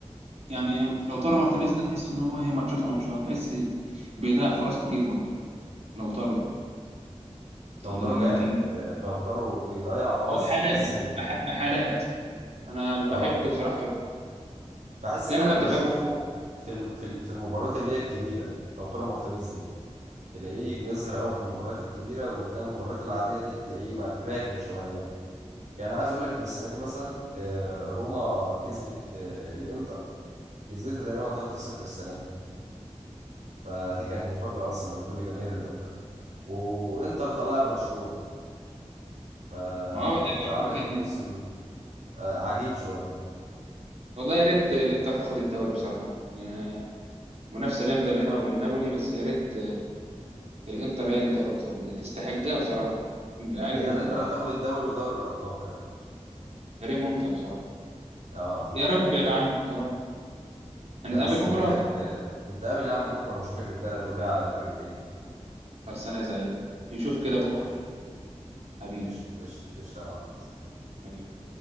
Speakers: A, on the right (about 60°); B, on the right (about 75°).
A: يعني لو طارو مارتينيز ده تحس ان هو ايه ماتشاته ماتشات وماتشات بحس بيضيع فرص كتير برضه لو طارو ده
B: لوتارو
A: يعني
B: جامد
A: كان
B: آه، لوتارو بيضيع اه بس
A: هو بحالات
B: تحس
A: بح- بحالات انا
B: اه
A: بحب بصراحه ترام
B: بحس ان
A: ده انا
B: انا
A: كنت
B: بشوفه
A: فاكره
B: في الم... في ال- في المباريات اللي هي الكبيرة لوتارو مارتينيز دي تلاقيه بيظهر قوي في المباريات الكبيرة وتلاقي المباريات العادية دي تلاقيه مر- راكن شوية يعني عايز اقول لك ان السنة دي مثلا آه، روما كسبت آه، الانتر كسبتها تقريبا 3-0 السنة دي فدي كانت مفاجأة أصلا لكل جماهير الإنتر وإنتر طلعت برشلونة فالإنتر
A: ما هو ده
B: عملت
A: يمكن
B: موسم آه، عجيب شوية
A: والله يا ريت الانتر تاخد الدوري بصراحه يعني منافسه جامده بينها وبين نابولي بس يا ريت الانتر هي اللي تاخد تستحقها بصراحه العيال
B: هي الإنتر هتاخد الدوري ودوري الأبطال كمان
A: فريق ممتع بصراحه
B: اه
A: يا رب يا عم يا رب هنتقابل
B: لا بس
A: بكره
B: فرقتك آه، نتقابل يا عم بكرة ونشوف الرجالة تقول إيه على الفرقتين
A: خلصانه يا زعيم نشوف كده بكره
B: ماشي
A: حبيبي
B: قشطة قشطة قشطة يا معلم
A: حبيبي